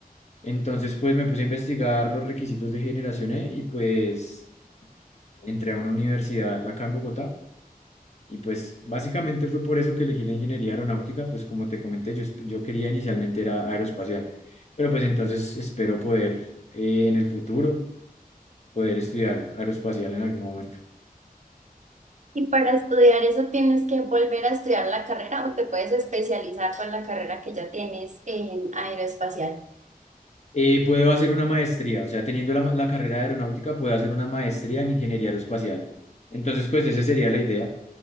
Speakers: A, on the left; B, on the right.
A: Entonces pues me puse a investigar los requisitos de Generación E y pues entré a una universidad acá en Bogotá y pues básicamente fue por eso que elegí la ingeniería aeronáutica, pues como te comenté, yo, esp- yo quería inicialmente era aeroespacial, pero pues entonces espero poder eh, en el futuro poder estudiar aeroespacial en algún momento.
B: Y para estudiar eso tienes que volver a estudiar la carrera o te puedes especializar con la carrera que ya tienes en aeroespacial.
A: Eh, puedo hacer una maestría, o sea, teniendo la, ma- la carrera de aeronáutica, puedo hacer una maestría en ingeniería aeroespacial. Entonces, pues esa sería la idea,